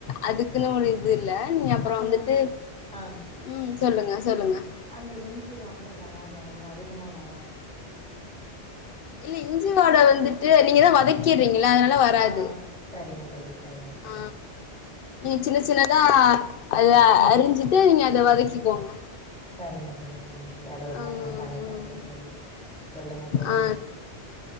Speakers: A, on the left; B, in the centre.
A: அதுக்குன்னு ஒரு இது இல்ல நீங்க அப்புறம்
B: ஆனா
A: வந்துட்டு
B: ஆ
A: ம் சொல்லுங்க சொல்லுங்க
B: அந்த இஞ்சி வாட வராதா ரொம்ப அதிகமா வராதா
A: இல்ல இஞ்சி வாட வந்துட்டு நீங்க தா வதக்கிட்றீங்கள அதனால வராது
B: ஆ சரிங்க தோழி சரிங்க சரிங்க
A: ஆ நீங்க சின்ன சின்னதா அத
B: ம்
A: அறிஞ்சுட்டு நீங்க அத வதக்கிக்கோங்க
B: சரிங்க தோழி சரிங்க தோழி அது ஒரு
A: ம்
B: நாள் நா பண்ணி
A: ம்
B: பாக்குற தோழி சொல்லுங்க தோழி
A: ஆ